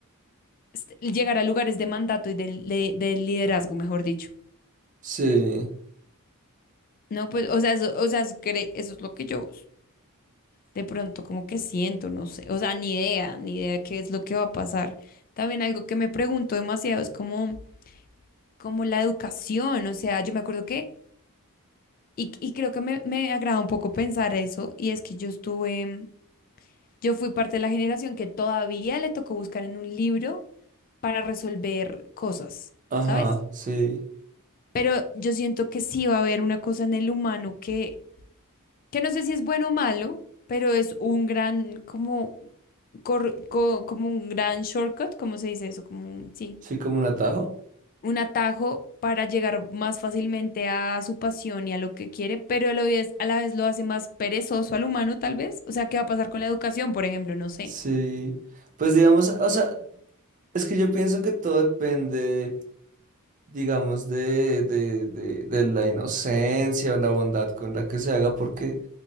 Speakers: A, on the left; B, on the right.
A: est- llegar a lugares de mandato y del- de, de liderazgo, mejor dicho.
B: Sí,
A: No, pues, o sea, eso, o sea, eso, cre- eso es lo que yo de pronto como que siento, no sé, o sea, ni idea, ni idea qué es lo que va a pasar. También algo que me pregunto demasiado es como, como la educación, o sea, yo me acuerdo que, y, y creo que me, me agrada un poco pensar eso, y es que yo estuve Yo fui parte de la generación que todavía le tocó buscar en un libro para resolver cosas,
B: ajá,
A: ¿sabes?
B: sí.
A: Pero yo siento que sí va a haber una cosa en el humano que, que no sé si es bueno o malo, pero es un gran, como, cor- co- como un gran shortcut, ¿cómo se dice eso? Como un, sí,
B: Sí, como un atajo.
A: un atajo para llegar más fácilmente a su pasión y a lo que quiere, pero a la vez, a la vez lo hace más perezoso al humano, tal vez. O sea, ¿qué va a pasar con la educación, por ejemplo? No sé.
B: Sí, pues digamos, o sea, es que yo pienso que todo depende, digamos, de, de, de, de la inocencia o la bondad con la que se haga, porque